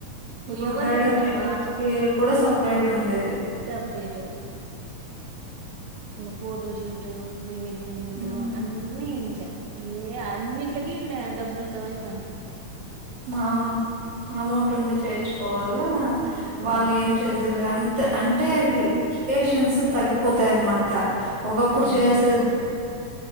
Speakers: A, on the right; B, on the right.
A: ఇప్పుడు
B: ఎవరు
A: బ్రైడల్
B: లేంకా
A: మేకప్
B: వా
A: కి కూడా సపరేట్ ఉండేది
B: సపరేట్ ఇకా photoshoot pre wedding shirt
A: um,
B: అన్నీ ఇంకా ఏ అన్నిట్లకి డబ్బులతోనే పని
A: మావును అమౌంట్ ఉండే చేర్చుకోవాలి
B: అవును
A: వాళ్ళు ఏం చేసేలే అంతే అంటే రిలేేషన్స్ తగిపోత అనమాట అ ఒకప్పుడు
B: అవునవును
A: చేసది